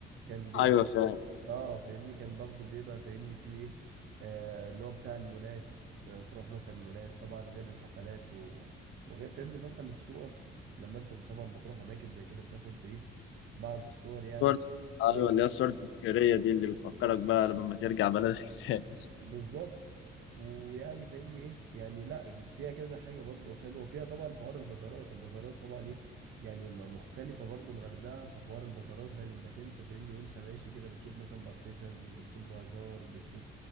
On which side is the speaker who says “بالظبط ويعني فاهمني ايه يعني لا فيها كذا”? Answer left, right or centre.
Right